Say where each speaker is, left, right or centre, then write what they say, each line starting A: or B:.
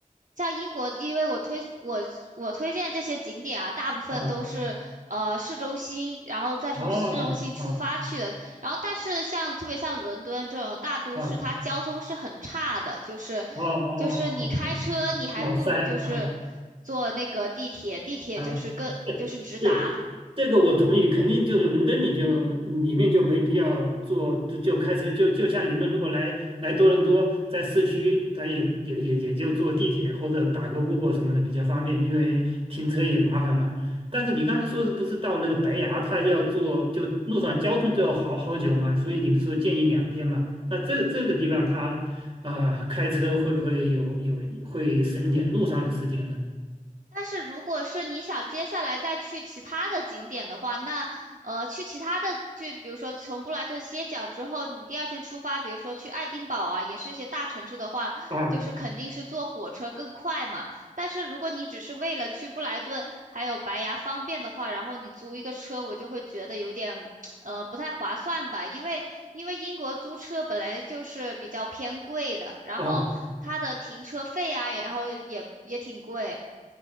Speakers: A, on the right (about 70°); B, on the right (about 40°).
A: 像英国，因为我推我我推荐这些景点啊，大部分都是呃市中心，
B: 啊，
A: 然后再从市中心出发去的。
B: 哦，哦，
A: 然后，但是像特别像伦敦这种大都市，
B: 哦，
A: 它交通是很差的，就是就是你开车，
B: 哦，哦，哦，哦，
A: 你还不如就是
B: 脑塞啊。
A: 坐那个地铁，地铁就是更就是直达，
B: 啊，对对，这个我同意，
A: 嗯。
B: 肯定就是伦敦你就里面就没必要坐，就就开车就就像你们如果来来多伦多，在市区，他也也也也就坐地铁或者打个 Uber 什么的比较方便，因为停车也麻烦嘛。但是你刚才说是不是到那个白崖，他要坐就路上交通都要好好久嘛？所以你不是说建议两天嘛？那这这个地方他啊、呃开车会不会有有会省一点路上的时间呢？
A: 但是如果是你想接下来再去其他的景点的话，那呃，去其他的，就比如说从布莱顿歇脚之后，你第二天出发，比如说去爱丁堡啊，也是一些大城市的话，
B: 啊
A: 就是肯定是坐火车更快嘛。但是如果你只是为了去布莱顿还有白崖方便的话，然后你租一个车，我就会觉得有点呃不太划算吧，因为因为英国租车本来就是比较偏贵的，然后它的停车费啊，
B: 啊
A: 然后也也挺贵。